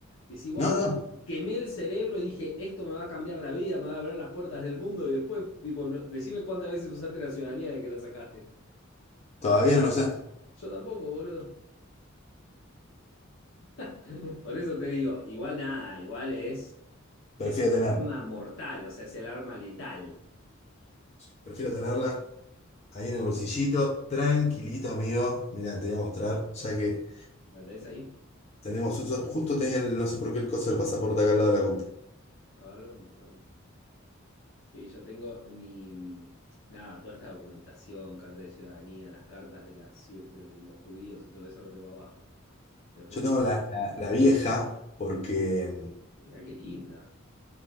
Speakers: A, on the left (about 70°); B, on the left (about 30°).
A: Y decís, wow,
B: No, no,
A: quemé el cerebro y dije, esto me va a cambiar la vida, me va a abrir las puertas del mundo. Y después, tipo, no- decime cuántas veces usaste la ciudadanía de que la sacaste.
B: todavía no lo sé.
A: Yo tampoco, boludo. <laughs> Por eso te digo, igual nada, igual es,
B: Prefiero
A: es un
B: tenerlo.
A: arma mortal, o sea, es el arma letal.
B: Prefiero tenerla. Ahí en el bolsillito, tranquilito, amigo. Mira, te voy a mostrar, ya que
A: ¿La tenés ahí?
B: tenemos uso. Justo tenía, el- no sé por qué, el coso del pasaporte acá al lado de la compu.
A: A verlo, mostrámelo. Sí, yo tengo mi, mm, nada, toda esta documentación, carta de ciudadanía, las cartas de, las, ciu- de los judíos y todo eso lo tengo abajo. Después,
B: Yo tengo la, la- la vieja, porque,
A: mirá qué linda.